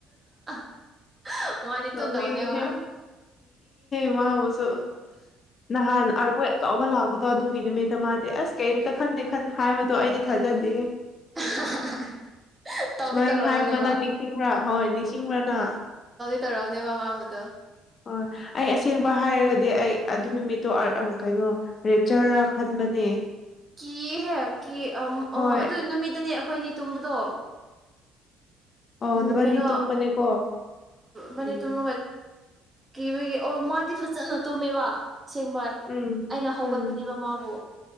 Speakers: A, on the right (about 25°); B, on the left (about 45°).
A: <unintelligible> ꯃꯥꯗꯤ
B: ꯅꯣꯛꯅꯤꯡꯉꯤꯍꯦ
A: ꯇꯣꯗꯧꯅꯦ ꯃꯥ
B: <unintelligible> ꯅꯍꯥꯟ ꯑ <unintelligible> ꯆꯥꯎꯕ ꯂꯥꯛꯄꯗꯣ ꯑꯗꯨꯒꯤ ꯅꯨꯃꯤꯠꯇ ꯃꯥꯗꯤ ꯑꯁ ꯀꯔꯤꯝꯇ ꯈꯟꯗꯦ ꯍꯥꯏꯕꯗꯣ ꯑꯩꯗꯤ ꯊꯥꯖꯗꯦꯦ
A: <unintelligible> ꯇꯧꯗꯤ
B: ꯁꯨꯃꯥꯏꯅ
A: ꯇꯧꯔꯛꯎꯅꯦꯕ
B: ꯍꯥꯏꯕꯗꯅ ꯅꯤꯡꯁꯤꯡꯕ꯭ꯔꯥ ꯍꯣꯏ ꯅꯤꯡꯁꯤꯡꯕ꯭ꯔꯥꯅ
A: ꯇꯔꯥꯎ ꯅꯦꯃꯎꯑꯣꯗꯣ
B: ꯍ ꯑꯩ ꯑꯁꯦꯡꯕ ꯍꯥꯏꯔꯒꯗꯤ ꯑꯩ ꯑꯗꯨ ꯅꯨꯃꯤꯠꯇꯣ ꯀꯩꯅꯣ ꯔꯦꯞꯆꯔꯔꯥ ꯈꯟ ꯂꯧꯅꯦ
A: ꯀꯤ ꯍꯦꯛ ꯀ
B: ꯍꯣꯏ
A: ꯑꯗꯨ ꯅꯨꯃꯤꯠꯇꯅꯦ ꯑꯩꯈꯣꯏꯅꯤ ꯇꯨꯝꯕꯗꯣ
B: ꯑꯣ
A: ꯎꯝ
B: ꯅꯕꯥꯅꯤ
A: ꯀꯩꯅꯣ
B: ꯇꯨꯝꯕꯅꯦꯀꯣ
A: ꯃꯅꯤ
B: ꯎꯝ
A: ꯇꯨꯔꯅꯨꯡꯒ ꯀꯤꯕꯒꯤꯦ ꯑꯣ ꯃꯥꯗꯤ ꯐꯖꯅ ꯇꯨꯝꯃꯦꯕ ꯑꯁꯦꯡꯕꯣꯏ
B: ꯎꯝ
A: ꯑꯩꯅ ꯍꯧꯒꯠꯄꯅꯦꯕ
B: ꯎꯝ
A: ꯃꯥꯕꯨ